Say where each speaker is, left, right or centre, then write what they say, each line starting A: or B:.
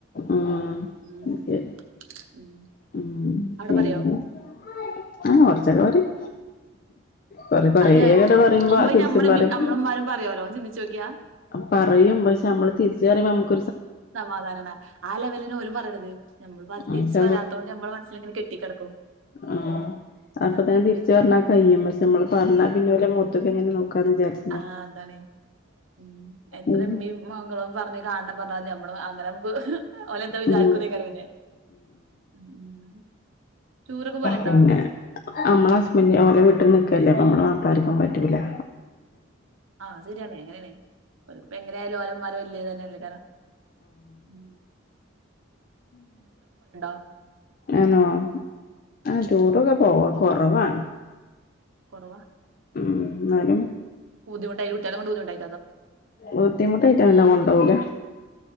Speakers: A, on the left; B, on the right.
A: ആഹ്
B: ഉം
A: അത് ശരി
B: ഉം
A: ഉം
B: അവിടെ
A: പിന്നെ
B: പറയോ
A: കുറച്ചെക്ക പറയും കൊറെ കൊറേങ്ങട്
B: അത് ഞാൻ
A: പറയുമ്പോ
B: സംഭവട്ട്മ്മള
A: തിരിച്ചും പറയും
B: അമ്മളമാരും പറയാലോ ചിന്തിച്ച നോക്കിയാ
A: പറയും പക്ഷെ നമ്മള് തിരിച്ചറിയുമ്പോ നമക്ക്
B: സമാധാനമാണ് ആ ലെവലിനന് ഓന് പറയണത് നമ്മൾതിരിച്ച്
A: പക്ഷെ
B: വരാത്തത കൊണ്ട് നമ്മടെ മനസ്സിൽ ഇങ്ങനെ കെട്ടിക്കിടക്കും
A: ആ
B: ഉം
A: അപ്പത്തന്നെതിരിച്ച്
B: അതാണ് കൊഴപ്പേ
A: പറഞ്ഞ കഴിയു പക്ഷേ നമ്മള് പറഞ്ഞാൽ പിന്നെ അവര് മുഖത്ത്ക്ക് എങ്ങനെ നോക്കായെന്ന് വിചാരിക്കും
B: ആ അതാണ് ഉം എത്ര
A: ഉം
B: ഉമ്മീയും മകളും പറഞ്ഞ് കാണണം പറഞ്ഞാൽ മതി നമ്മള നമുക്ക് ഓലെ എന്താ വിചാരിക്കും
A: ഉം
B: <unintelligible> ഉം ഉം ടൂറൊക്കെ പോവല്ണ്ടോ
A: പിന്നെ നമ്മള ഹസ്ബൻ്റ് ഓലെ വീട്ടിൽ നിൽക്കല്ലെ നമ്മളെ മാപ്പളാർക്ക് പറ്റൂലാ
B: ആ അത് ശരിയാണ് എങ്ങനെയാലും ഒലമ്മാര് വല്ലി തന്നല്ലെ വിളിച്ചതയാരാ ഉം <unintelligible>
A: ആണോ ആ ടൂറൊക്കെ കൊറവാ
B: കൊറവാ
A: ഉം എന്നാലും
B: ബുധിുട്ടാല കൊണ്ട്ണ്ടായി <unintelligible>
A: ബുദ്ധിമുട്ടായിട്ടല്ല കൊണ്ടാവൂല